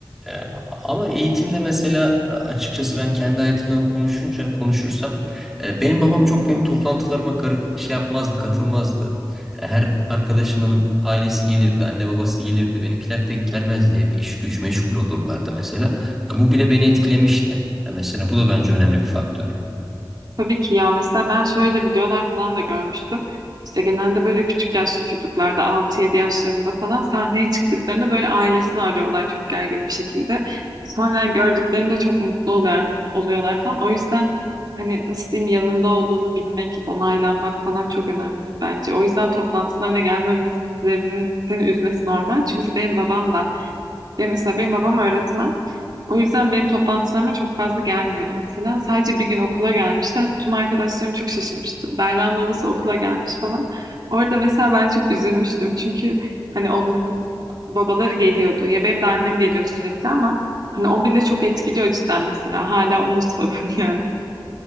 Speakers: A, in the centre; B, on the right.
A: E, Ama eğitimde mesela e, açıkçası ben kendi hayatımdan konuşunca konuşursam e, benim babam çok benim toplantılarıma karı- şey yapmazdı, katılmazdı. E, Her arkadaşımın ailesi gelirdi, anne babası gelirdi. Benimkiler pek gelmezdi. Hep iş güç meşgul olurlardı mesela. Bu bile beni etkilemişti. E, Mesela bu da bence önemli bir faktör.
B: Tabii ki ya mesela ben şöyle videolar falan da görmüştüm. İşte genelde böyle küçük yaşlı çocuklarda altı yedi yaşlarında falan sahneye çıktıklarında böyle ailesini arıyorlar çok gergin bir şekilde. Sonra gördüklerinde çok mutlu oluyor, oluyorlar falan. O yüzden hani nasıl diyeyim yanında olduğunu bilmek, onaylanmak falan çok önemli bence. O yüzden toplantılarına gelmemesinin seni üzmesi normal. Çünkü benim babam da, benim mesela benim babam öğretmen. O yüzden benim toplantılarıma çok fazla gelmiyordu mesela. Sadece bir gün okula gelmişti. Tüm arkadaşlarım çok şaşırmıştı. Berra'nın babası okula gelmiş falan. Orada mesela ben çok üzülmüştüm. Çünkü hani onların babaları geliyordu. Ya benim de annem geliyor sürekli ama hani o bile çok etkiliyor cidden mesela. Hala unutmadım <laughs> yani.